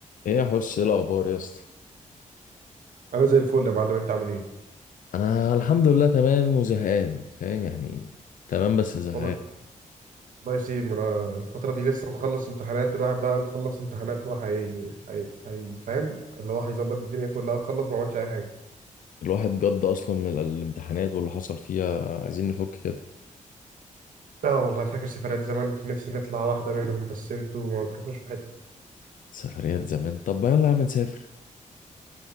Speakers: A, on the left (about 80°); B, on the right (about 80°).
A: ايه يا حس ايه الاخبار يا اسطى
B: انا زي الفل يا معلم انت عامل ايه
A: انا الحمد لله تمام وزهقان فاهم يعني تمام بس زهقان
B: والله الله يسلم انا الفتره دي لسه مخلص امتحانات الواحد بقى مخلص امتحانات وهي هي هي فاهم اللي هو هيظبط الدنيا كلها خلص ما عملش اي حاجه
A: الواحد جد اصلا من الامتحانات واللي حصل فيها عايزين نفك كده
B: اه والله فاكر سفرات زمان نفسي نطلع واحده منهم بس انتوا ما بتروحوش في حته
A: سفريات زمان طب ما يلا يا عم نسافر